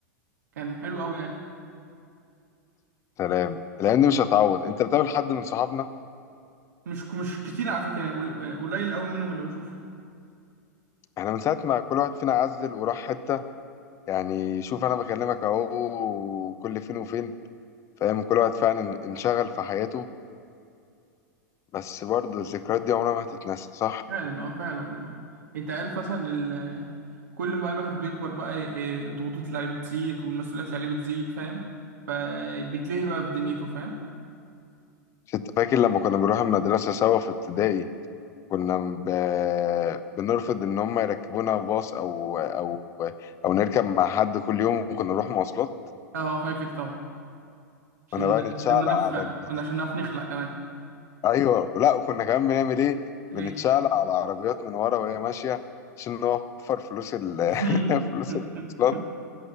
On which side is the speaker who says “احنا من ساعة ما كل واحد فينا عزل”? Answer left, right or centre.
Left